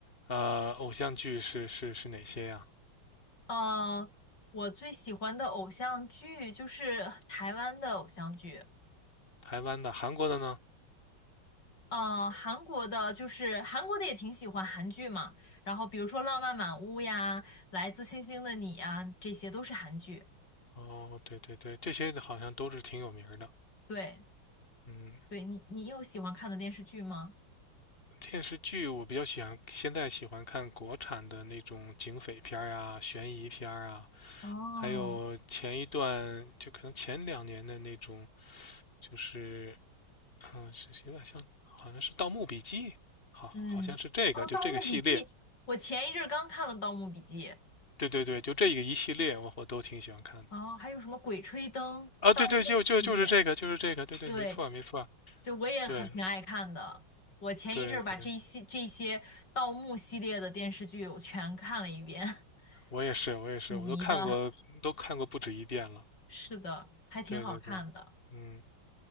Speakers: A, on the left; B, on the left.
A: 呃偶像剧是是是哪些呀？
B: 呃，我最喜欢的偶像剧就是台湾的偶像剧，
A: 台湾的、韩国的呢？
B: 呃，韩国的就是韩国的也挺喜欢韩剧嘛。然后比如说《浪漫满屋》呀，《来自星星的你》啊，这些都是韩剧。
A: 哦，对对对，这些好像都是挺有名儿的。
B: 对，
A: 嗯，
B: 对你，你有喜欢看的电视剧吗？
A: 电视剧我比较喜欢，现在喜欢看国产的那种警匪片儿啊、悬疑片儿啊，
B: 哦。
A: 还有前一段就可能前两年的那种，就是嗯，是有点像，好像是《盗墓笔记》，好，
B: 嗯，
A: 好像是这个，
B: 哦，
A: 就这个系列。
B: 《盗墓笔记》，我前一阵儿刚看了《盗墓笔记》，
A: 对对对，就这个一系列，我我都挺喜欢看的。
B: 哦，还有什么《鬼吹灯》《盗墓》系列，
A: 啊，对对，就就就是这个，就是这个，对对，
B: 对，
A: 没错没错，
B: 对，我也很挺爱看的。
A: 对
B: 我前一阵儿把这一系这些盗墓系列的电视剧我全看了一遍，
A: 对对，我也是我也是，
B: <laughs> 挺迷的。
A: 我都看过，都看过不止一遍了。
B: 是的，还挺好看的。
A: 对对对，嗯。